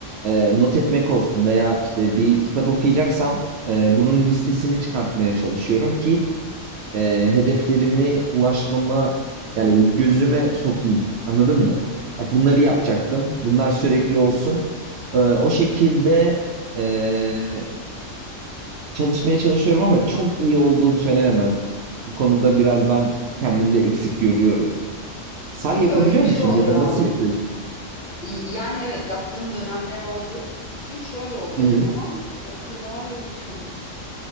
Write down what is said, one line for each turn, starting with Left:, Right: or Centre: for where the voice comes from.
Right: e, not etmek olsun veya işte bir kitap okuyacaksam e, bunun listesini çıkartmaya çalışıyorum ki e, hedeflerimi ulaşmama yani gözüme sokayım. Anladın mı? Bak bunları
Left: hı hı.
Right: yapacaktım. Bunlar sürekli olsun. E, o şekilde e, çalışmaya çalışıyorum ama çok iyi olduğum söylenemez. Bu konuda biraz ben kendimde eksik görüyorum. Sen
Left: Çünkü
Right: yapabiliyor
Left: öyle bir
Right: musun
Left: şey oluyor.
Right: ya da nasıl yapıyorsun?
Left: Yani evet yaptığım dönemler oldu. Çünkü şöyle oluyor
Right: Hı hı.
Left: zaman o kadar çabuk,